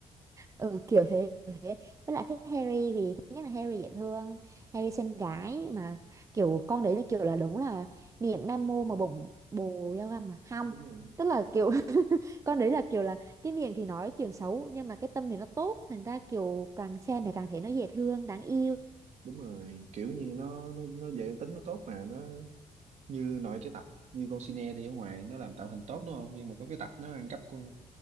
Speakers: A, on the right; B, on the right.
A: ừ, kiểu thế, kiểu thế. Với lại thích Harry vì thứ nhất là Harry dễ thương, Harry xinh gái mà kiểu con đấy là kiểu là đúng là miệng nam mô mà bụng bồ dao găm mà. Không.
B: Đúng rồi
A: Tức là kiểu <laughs> con đấy là kiểu là cái miệng thì nói chuyện xấu nhưng mà cái tâm thì nó tốt thành ra kiểu càng xem thì càng thấy nó dễ thương đáng yêu
B: đúng rồi kiểu như nó nó nó về tính nó tốt mà nó như nói cái tập như con sine đi ở ngoài nó làm tạo hình tốt đúng không nhưng mà có cái tập nó ăn cắp con